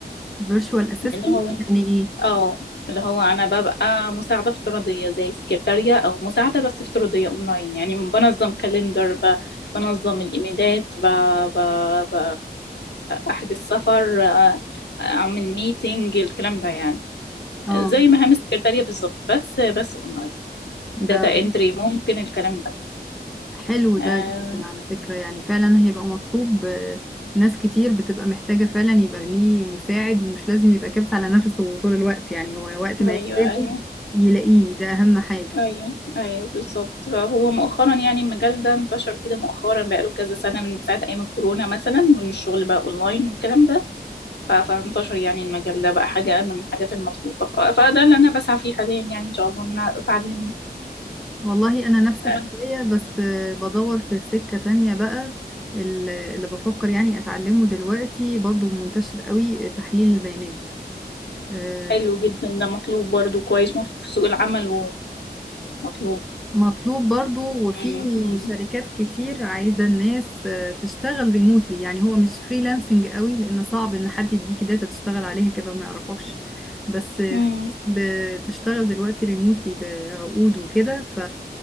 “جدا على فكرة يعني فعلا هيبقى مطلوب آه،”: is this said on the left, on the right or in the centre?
Centre